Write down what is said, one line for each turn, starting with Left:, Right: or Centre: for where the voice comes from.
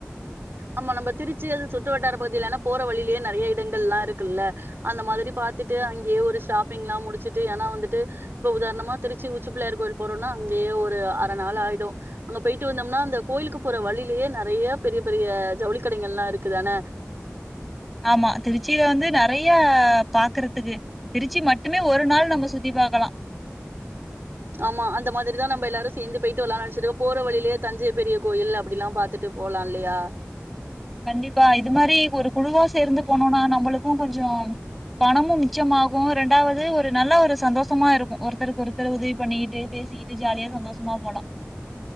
Right: ஆமா நம்ப திருச்சி அது சுற்றுவட்டார பகுதியிலன்னா போற வழிலயே நெறைய இடங்கள்லா‌ இருக்குல்ல அந்த மாதிரி பாத்துட்டு அங்கெயே ஒரு ஷாப்பிங்லா முடுச்சுட்டு ஏனா வந்துட்டு இப்ப உதாரணமா திருச்சி உச்சிபுள்ளயார் கோயில் போறோன்னா அங்கெயே ஒரு அர நாள் ஆயிடு அங்க போயிட்டு வந்தம்னா அந்த கோயிலுக்கு போற வழிலயே நெறைய பெரிய பெரிய ஜவுளி கடைகள்லா இருக்குதானே
Centre: ஆமா திருச்சியில வந்து நிறைய பாக்குறதுக்கு திருச்சி மட்டுமே ஒரு நாள் நம்ம சுத்தி பாக்கலா
Right: ஆமா அந்த மாதிரிதா நம்ம எல்லாரு சேர்ந்து போயிட்டு வரலான்டு நனைச்சிருக்கோ போற வழியிலயே தஞ்சை பெரிய கோயில் அப்டிலா பாத்துட்டு போலா இல்லையா
Centre: கண்டிப்பா இது மாரி ஒரு குழுவா சேர்ந்து போனோனா நம்மளுக் கு கொஞ்சோ பணமு மிச்சமாகு ரெண்டாவது ஒரு நல்ல ஒரு சந்தோஷமா இருக்கு ஒருத்தருக்கு ஒருத்தர் உதவி பண்ணிக்கிட்டு பேசிக்கிட்டு ஜாலியா சந்தோஷமா போலா